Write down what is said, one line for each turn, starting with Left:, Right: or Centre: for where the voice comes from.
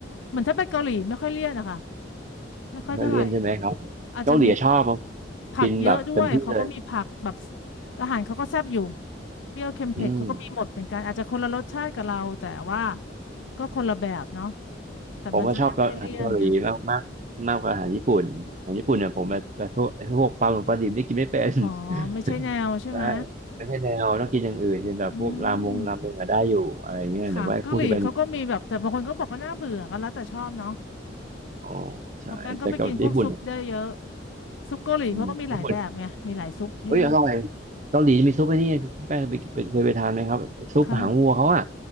Left: เหมือนถ้าไปเกาหลีไม่ค่อยเลี่ยนอะค่ะไม่ค่อยเท่าไหร่
Right: ไม่ค่อยเลี่ยนใช่ไหมครับเกาหลีชอบครับ
Left: อาจจะมี ผักเยอะด้วยเขาก็มีผักแบบ
Right: กินแบบเต็มที่เลย
Left: อาหารเขาก็แซ่บอยู่เปรี้ยวเค็มเผ็ดเขาก็มีหมดเป็นกันอาจจะคนละรสชาติกับเราแต่ว่า
Right: อืม
Left: ก็คนละแบบเนาะแต่มันจะไม่ค่อยเลี่ยนไง
Right: ผมว่าชอบกาอาหารเกาหลีมากมากมากกว่าอาหารญี่ปุ่นอาหารญี่ปุ่นเนี่ยผมแบบแบบพวกไอ้พวกปลาหมึกปลาดิบนี่กินไม่เป็น
Left: อ๋อไม่ใช่แนวใช่ไหม
Right: <laughs> ใช่ไม่ใช่แนวต้องกินอย่างอื่นกินแบบพวกรามงราเมงอะได้อยู่อะไรเงี้ยแต่ว่าพวกที่เป็น
Left: อืมค่ะเกาหลีเขาก็มีแบบแต่บางคนก็บอกก็น่าเบื่อก็แล้วแต่ชอบเนาะ
Right: อ๋อใช่แต่เกับญี่ปุ่นอะ
Left: พอแป้งก็ไปกินพวกซุปได้เยอะซุปเกาหลีเขาก็มีหลายแบบไงมีหลายซุปให้เลือก
Right: อืมญี่ปุ่นเอ้ยอร่อยเกาหลีมีซุปไอ้นี่คุณแป้งเคยไปเคยไปทานไหมครับซุปหางวัวเขาอ่ะ
Left: ค่ะ